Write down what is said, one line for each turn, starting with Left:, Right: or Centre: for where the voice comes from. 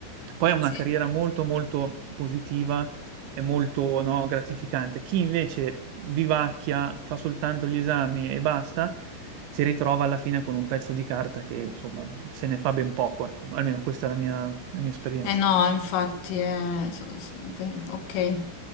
Right: Poi è una
Left: Sì.
Right: carriera molto, molto positiva e molto, no, gratificante. Chi invece vivacchia, fa soltanto gli esami e basta, si ritrova alla fine con un pezzo di carta che, insomma, se ne fa ben poco, ecco. Almeno questa è la mia la mia esperienza.
Left: Eh no, infatti, eh, so- s- pe- ok.